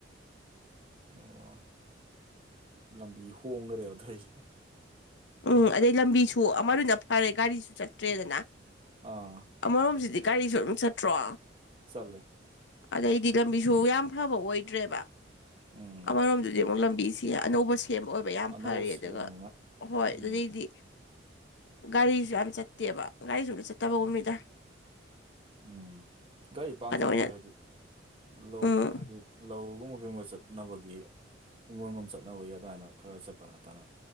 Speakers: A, on the right (about 30°); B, on the left (about 65°).
A: ꯑꯣ ꯂꯝꯕꯤ ꯍꯣꯡꯈꯔꯦ ꯑꯗꯨꯏ
B: ꯎꯝ ꯑꯗꯩ ꯂꯝꯕꯤꯁꯨ ꯑꯃꯗꯨꯅ ꯐꯔꯦ ꯒꯥꯔꯤꯁꯨ ꯆꯠꯇ꯭ꯔꯦꯗꯅ
A: ꯑꯥ
B: ꯑꯃꯔꯣꯝꯁꯤꯗꯤ ꯒꯥꯔꯤꯁꯨ ꯑꯗꯨꯝ ꯆꯠꯇ꯭ꯔꯣ
A: ꯆꯠꯂꯦ
B: ꯑꯗꯩꯗꯤ ꯂꯝꯕꯤꯁꯨ ꯌꯥꯝ ꯐꯕ ꯑꯣꯏꯗ꯭ꯔꯦꯕ
A: ꯎꯝ
B: ꯑꯃꯔꯣꯝꯗꯗꯤ ꯑꯃꯨꯛ ꯂꯝꯕꯤ ꯁꯤ ꯑꯅꯧꯕ ꯁꯦꯝꯕ ꯑꯣꯏꯕ ꯌꯥꯝ
A: ꯑꯅꯧꯕ
B: ꯐꯔ
A: ꯁꯦꯝꯃꯕꯅꯤꯅ
B: ꯑꯗꯨꯒ ꯍꯣꯏ
A: ꯎꯝ
B: ꯑꯗꯨꯗꯒꯤꯗꯤ ꯒꯥꯔꯤꯁꯨ ꯌꯥꯝ ꯆꯠꯇꯦꯕ ꯒꯥꯔꯤꯁꯨ ꯑꯇ ꯆꯠꯇꯕꯒꯨꯝꯃꯤꯗ
A: ꯎꯝ ꯒꯥꯔꯤ ꯄꯥꯡ ꯆꯠꯂꯣꯏ
B: ꯑꯣꯏꯅ
A: ꯍꯥꯏꯗꯤ ꯂꯧ
B: ꯎꯝ
A: ꯍꯥꯏꯗꯤ ꯂꯧ <unintelligible> ꯀꯩꯕ ꯆꯠꯅꯕꯒꯤ ꯍꯤꯡꯈꯣꯜꯒꯨꯝ ꯆꯠꯅꯕꯒꯤ ꯑꯗꯨꯃꯥꯏꯅ ꯈꯔ ꯆꯠꯄ ꯅꯠꯇꯅ